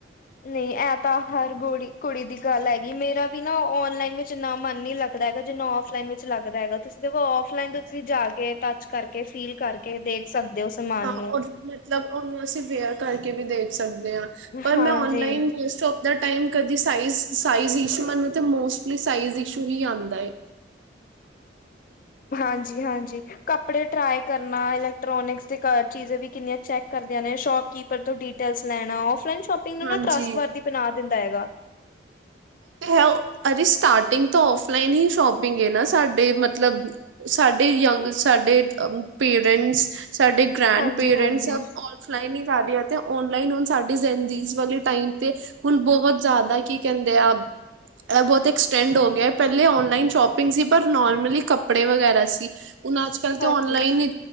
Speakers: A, on the left (about 45°); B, on the right (about 80°).
A: ਨਹੀਂ ਐਹ ਤਾਂ ਹਰ ਗੋੜ ਕੁੜੀ ਦੀ ਗੱਲ ਹੈਗੀ, ਮੇਰਾ ਵੀ ਨਾ ਔਨਲਾਈਨ ਵਿੱਚ ਏਨਾਂ ਮਨ ਨੀਂ ਲੱਗਦਾ ਹੈਗਾ ਜਿੰਨਾ ਔਫਲਾਈਨ ਵਿੱਚ ਲੱਗਦਾ ਹੈਗਾ। ਤੁਸੀਂ ਦੇਖੋ ਔਫਲਾਈਨ ਤੋਂ ਤੁਸੀਂ ਜਾ ਕੇ ਟੱਚ ਕਰਕੇ, ਫੀਲ ਕਰਕੇ ਦੇਖ ਸਕਦੇ ਹੋ। ਸਮਾਨ
B: ਹਾਂ,
A: ਨੂੰ
B: ਉਹ ਮਤਲਬ ਉਹਨੂੰ ਅਸੀਂ ਵੇਅਰ ਕਰਕੇ ਵੀ ਦੇਖ ਸਕਦੇ ਆ। ਪਰ
A: ਹਾਂਜੀ
B: ਮੈਂ ਔਨਲਾਈਨ ਮੋਸਟ। ਦਾ ਟਮ ਕਦੀ ਸਾਇਜ, ਸਾਈਜ਼ ਇਸ਼ੂ ਮਨ ਤੇ ਮੋਸਟਲੀ ਸਾਈਜ਼ ਇਸ਼ੂ ਹੀ ਆਂਦਾ ਐ।
A: ਹਾਂਜੀ, ਹਾਂਜੀ। ਕੱਪੜੇ ਟ੍ਰਈ ਕਰਨਾ, ਇਲੈਕਟ੍ਰੋਨਿਕਸ ਦੇ ਚੀਜ਼ਾਂ ਵੀ ਕਿੰਨੀਆਂ ਚੈੱਕ ਕਰਦੀਆਂ ਨੇ ਸ਼ੋਪਕੀਪਰ ਤੋਂ ਡ। ਲੈਣਾ, ਔਫਲਾਈਨ ਸ਼ੋਪਿੰਗ ਨੂੰ
B: ਹਾਂਜੀ
A: ਨਾ ਟਰੱਸਟ ਵਰ ਦੀ ਬਣਾ ਦਿੰਦਾ ਹੈਗਾ।
B: ਤੇ ਹੈ ਅਜੇ ਸਟਾਰਟਿੰਗ ਤਾਂ ਔਫਲਾਈਨ ਹੀ ਸ਼ੋਪਿੰਗ ਹ ਨਾ ਸਾਡੇ ਮਤਲਬ। ਸਾਡੇ ਯੰਗ, ਸਾਡੇ ਪੇਰੈਂਟਸ, ਸਾਡੇ ਗ੍ਰੈਂਡ
A: ਹਾਂਜੀ
B: ਪੇਰੈਂਟਸ
A: ਹਾਂਜੀ
B: ਸ। ਫਲਾਈਨ ਹੀ ਕਰ ਰਿਹਾ ਤੇ ਔਨਲਾਈਨ ਹੁਣ ਸਾਡੀਦੀਜ਼ ਵਾਲੀ ਟਾਈਮ ਤੇ। ਹੁਣ ਬਹੁਤ ਜ਼ਾਂਦਾ ਕੀ ਕਹਿੰਦੇ ਆ। ਇਹ ਬਹੁਤ ਐਕਸਟੈਂਡ ਹੋ ਗਿਆ, ਪਹਿਲੇ ਔਨਲਾਈਨ ਸ਼ੋਪਿੰਗ ਸੀ ਪਰ ਨੋਰਮਲੀ। ਕੱਪੜੇ ਵਗੈਰਾ ਸੀ। ਹੁਣ ਅੱਜ -ਕੱਲ੍ਹ ਤਾਂ
A: ਹਾਂਜੀ
B: ਔਨਲਾਈਨ